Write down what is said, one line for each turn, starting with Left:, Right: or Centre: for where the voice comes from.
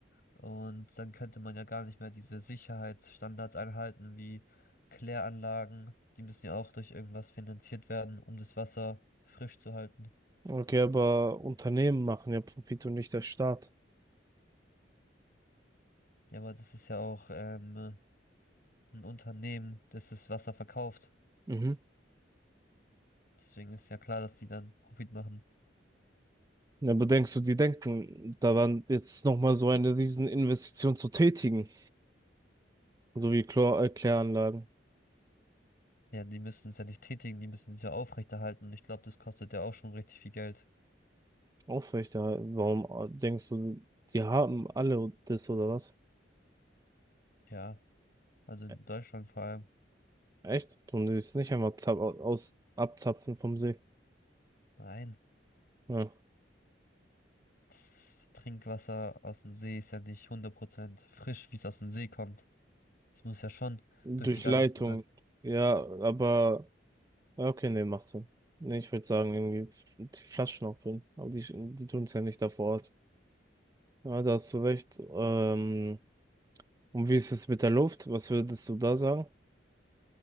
Left: Und dann könnte man ja gar nicht mehr diese Sicherheitsstandards einhalten, wie Kläranlagen. Die müssen ja auch durch irgendwas finanziert werden, um das Wasser frisch zu halten.
Right: Okay, aber Unternehmen machen ja Profit und nicht der Staat.
Left: Ja, aber das ist ja auch ähm, ein Unternehmen, das das Wasser verkauft.
Right: Mhm.
Left: Deswegen ist ja klar, dass die dann Profit machen.
Right: Ja, Aber denkst du, die denken daran, jetzt nochmal so eine riesen Investition zu tätigen, so wie Chlor äh, Kläranlagen
Left: Ja, die müssen es ja nicht tätigen, die müssen es ja aufrechterhalten. Und ich glaube, das kostet ja auch schon richtig viel Geld.
Right: aufrechterhalten? Warum äh, denkst du, die haben alle das oder was?
Left: Ja, also in
Right: E-
Left: Deutschland vor allem.
Right: Echt? Und die es nicht einfach zap aus abzapfen vom See?
Left: Nein,
Right: Ja.
Left: das Trinkwasser aus dem See ist ja nicht hundert Prozent frisch, wie es aus dem See kommt. Das muss ja schon
Right: Durch
Left: durch die ganzen,
Right: Leitung.
Left: ne?
Right: Ja, aber ja, okay, nee, macht Sinn. Nee, ich würde sagen, irgendwie die Flaschen auffüllen. Aber die, die tun es ja nicht da vor Ort. Ja, da hast du recht. Ähm, und wie ist es mit der Luft? Was würdest du da sagen?